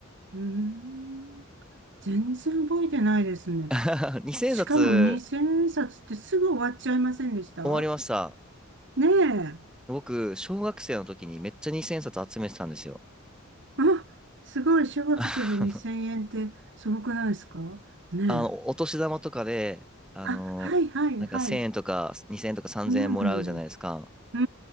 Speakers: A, on the right; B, in the centre.
A: うん。全然覚えてないですね。
B: <laughs> 2000冊
A: しかも2000円札ってすぐ終わっちゃいませんでした
B: 終わりました。
A: ねえ。
B: 僕、小学生の時にめっちゃ2000冊集めてたんですよ。
A: あ、すごい。小学生で2000円ってすごくないですかねえ。
B: <laughs> あの、あのお年玉とかで、あの、
A: あ、はいはいはい。
B: なんか1000円とか2000円とか3000円もらうじゃないですか。
A: うん。うんうん